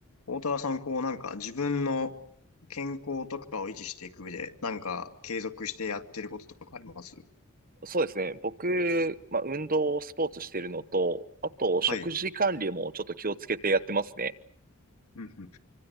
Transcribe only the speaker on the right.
そうですね。僕、まあ、運動、スポーツしてるのと、あと、食事管理もちょっと気をつけてやってますね。